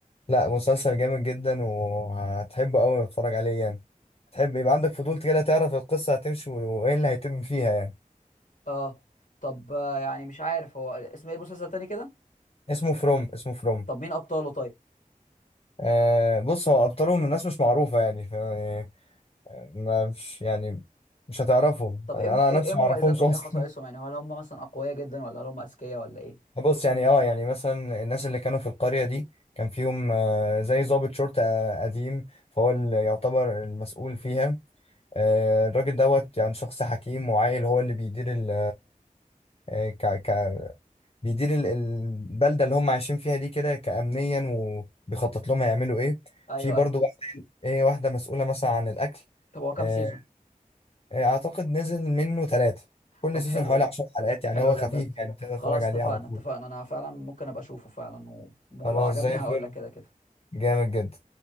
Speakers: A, on the left; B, on the left.
A: لا مسلسل جامد جدا وهتحبه أوي تتفرج عليه يعني هتحب يبقى عندك فضول كده تعرف القصة هتمشي وإيه اللي هيتم فيها يعني
B: اه طب آه، يعني مش عارف هو اسم ايه المسلسل تاني كده
A: اسمه فروم اسمه فروم
B: طب مين ابطاله طيب
A: آه بص هو ابطالهم الناس مش معروفه يعني ف يعني ما مش يعني مش هتعرفه
B: طب
A: يعني
B: ايه م-
A: انا
B: ايه
A: عن نفسي
B: إيه مميزاتهم
A: ما اعرفهمش اصلا
B: ايه خصائصهم يعني هل هم مثلا اقوياء جدا ولا هل هم اذكياء ولا ايه
A: <laughs> بص يعني اه يعني مثلا الناس اللي كانوا في القريه دي كان فيهم آه زي ضابط شرطه آه، قديم فهو اللي يعتبر المسؤول فيها آه الراجل دوت يعني شخص حكيم وعاقل هو اللي بيدير ال آه، ك ك بيدير ال- البلده اللي هم عايشين فيها دي كده كامنيا وبيخطط لهم هيعملوا ايه
B: ايوه
A: في برضو
B: ايوه
A: واحد- ايه واحده مسؤوله مثلا عن الاكل
B: طب هو كام
A: آه،
B: سيزون
A: آه، اعتقد نزل منه ثلاثة كل
B: طب
A: سيزون
B: حلو
A: حوالي
B: ده
A: 10 حلقات يعني
B: حلو
A: هو خفيف
B: ده بجد
A: يعني تقدر
B: خلاص
A: تتفرج عليه
B: اتفقنا
A: على طول
B: اتفقنا انا فعلا ممكن ابقى اشوفه فعلا ولو
A: خلاص
B: عجبني
A: زي الفل
B: هقول لك كده كده
A: جامد جدا